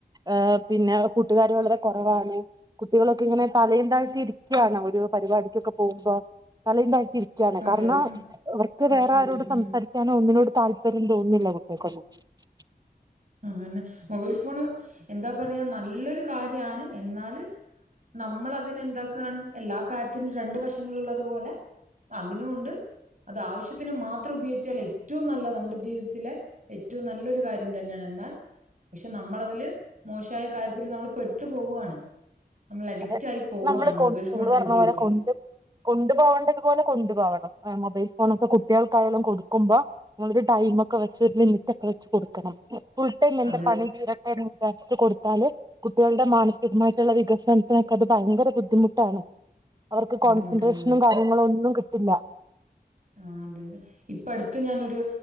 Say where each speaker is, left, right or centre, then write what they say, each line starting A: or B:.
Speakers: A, on the right (about 25°); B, on the right (about 50°).
A: ഏ പിന്നെ കൂട്ടുകാര് വളരെ കുറവാണ് കുട്ടികളൊക്കെ ഇങ്ങനെ തലയും താഴ്ത്തി ഇരിക്കാണ് ഒരു പരിപാടിക്കൊക്കെ പോകുമ്പോ തലയയും താ തിരിക്കയാണ്
B: അതെ
A: കാരണം
B: അതെ
A: അവർക്ക്
B: തീർച്ചയായിട്ടും
A: വേറെ ആരോട്
B: ഉം
A: സംസാരിക്കാനോ ഒന്നിനോട് താല്പര്യം തോന്നുന്നില്ല കു ക്ക <unintelligible>
B: ആന്നെ. മൊബൈൽ ഫോണ് എന്താ പറയ നല്ലൊരു കാര്യാണ് എന്നാല് നമ്മൾ അതിനെ എന്താക്കാണ് എല്ലാ കാര്യത്തിനും രണ്ട് വശങ്ങളുള്ളതു പോലെ അതിനുമുണ്ട് അത് ആവിശ്യത്തിന് മാത്രം ഉപയോഗിച്ചാൽ ഏറ്റവും നല്ല നമ്മുടെ ജീവിതത്തിലെ ഏറ്റവും നല്ലൊരു കാര്യം തന്നെയാണ്. എന്നാൽ പക്ഷെ നമ്മളതില് മോശായ കാര്യത്തില് നമ്മള് പെട്ടു പോവാണ്. നമ്മൾ അഡിക്റ്റായി
A: അതെ
B: പോവാണ്
A: നമ്മള് കൊ
B: മൊബൈൽ
A: കൊണ്ട്
B: ഫോണിന്റെ
A: നടക്കണ
B: ഉപയോഗത്തില്.
A: പോലെ കൊണ്ട് കൊണ്ടു പോകേണ്ടതു പോലെ കൊണ്ട് പോകണം എമൊബൈൽ ഫോണൊക്കെ കുട്ട്യാൾക്കായാലും കൊടുക്കുമ്പോ നിങ്ങൊരു ടൈമ് ഒക്കെ വെച്ച് ഒരു ലിമിറ്റ് ഒക്കെ വെച്ച് കൊടുക്കണം. ഫുൾട്ടൈം എന്റെ
B: അത്
A: പണി തീരട്ടെന്ന് വിചാരിച്ചിട്ട് കൊടുത്താല് കുട്ടികളുടെ മാനസികമായിട്ടുള്ള വികസനം ക്ക <unintelligible> അത് ഭയങ്കര ബുദ്ധിമുട്ടാണ്. അവർക്ക്
B: ബുദ്ധിമുട്ടാണ്.
A: കോൺസെൻട്രേഷനും കാര്യങ്ങളൊന്നും കിട്ടില്ല.
B: ആ അതെ അതെ ഇപ്പ അടുത്ത് ഞാനൊരു